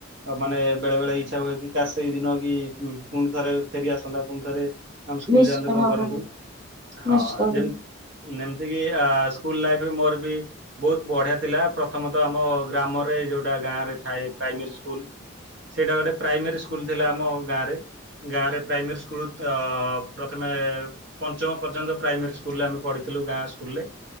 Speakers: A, on the right; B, on the right.
A: ଆଉ ମାନେ ବେଳେ ବେଳେ ଇଚ୍ଛା ହୁଏ କି, କାସ୍‌ ସେଇ ଦିନ କି--ପୁଣି ଥରେ ଫେରି ଆସନ୍ତା ପୁଣ୍ ଥରେ ଆମେ ସ୍କୁଲ୍‌
B: ନିଶ୍ଚିତ
A: ଯାଆନ୍ତୁ, ଙ୍କ
B: ଭାବରେ
A: କରନ୍ତୁ। ହଁ
B: ନିଶ୍ଚିତ ଭାବରେ
A: ଯେମ୍ ନେମ୍ତିକିି ଆ ସ୍କୁଲ୍ ଲାଇଫ୍ ମର୍ ବି ବହୁତ୍‌ ବଢ଼ିଆ ଥିଲା, ପ୍ରଥମତ ଆମ ଗ୍ରାମରେ ଯଉଟା ଗାଁରେ ଥାଏ ପ୍ରାଇମେରୀ ସ୍କୁଲ୍। ସେଇଟା ଗୋଟେ ପ୍ରାଇମାରୀ ସ୍କୁଲ୍ ଥିଲା ଆମ ଗାଁ ରେ। ଗାଁ ରେ ପ୍ରାଇମେରୀ ସ୍କୁଲ୍---ପ୍ରଥ୍ମେ ପଞ୍ଚମ ପର୍ଯ୍ୟନ୍ତ ପ୍ରାଇମେରୀ ସ୍କୁଲରେ ଆମେ ପଢ଼ିଥିଲୁ, ଗାଁ ସ୍କୁଲରେ।